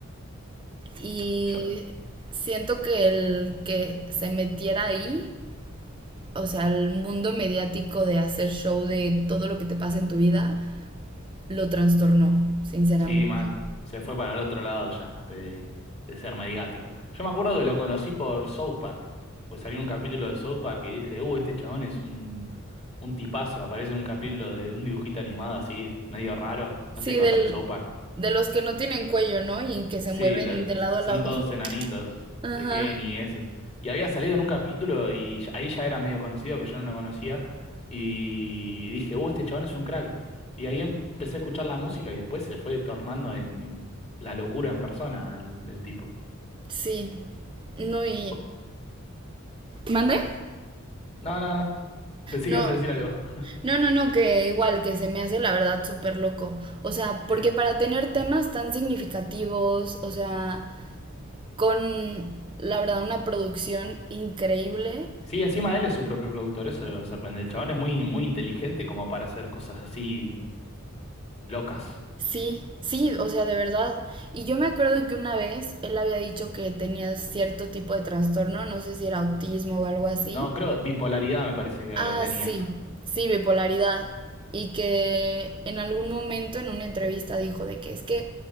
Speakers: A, on the right (about 25°); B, on the left (about 30°).
A: Y
B: Yo,
A: siento que el que se metiera ahí o sea, el mundo mediático de hacer show de todo lo que te pasa en tu vida, lo trastornó, sinceramente.
B: Sí, mal. Se fue para el otro lado ya, de, de ser mediático. Yo me acuerdo que lo conocí por South Park. Pues salió un capítulo de South Park y dije, uh, este chabón es un, un tipazo. Aparece en un capítulo de un dibujito animado así, medio raro.
A: Sí,
B: No sé si conoces
A: del,
B: South Park.
A: de los que no tienen cuello, ¿no? Y que se
B: Sí,
A: mueven
B: lo-
A: de lado
B: son
A: a lado.
B: todos
A: <laughs>
B: enanitos
A: Ajá,
B: de Kenny y esos. Y había salido en un capítulo y ya- ahí ya era medio conocido, pero yo no lo conocía. Y dije, uh, este chabón es un crack. Y ahí em- empecé a escuchar la música y después se fue tornando en la locura en persona el, el tipo.
A: sí. No, y...
B: Fue-
A: ¿Mande?
B: No, no, no. Pensé que
A: No,
B: ibas a decir algo. <laughs>
A: no, no, no, que igual, que se me hace la verdad súper loco. O sea, porque
B: Sí.
A: para tener temas tan significativos, o sea, con la verdad una producción increíble
B: Sí, encima él es su propio productor, eso es lo que me sorprende. El chabón es muy, muy inteligente como para hacer cosas así locas.
A: Sí, sí, o sea, de verdad. Y yo me acuerdo que una vez él había dicho que tenía cierto tipo de trastorno, no sé si era autismo o algo así.
B: No, creo, bipolaridad me parece que
A: Ah,
B: tenía.
A: sí, sí, bipolaridad. Y que en algún momento en una entrevista dijo de que es que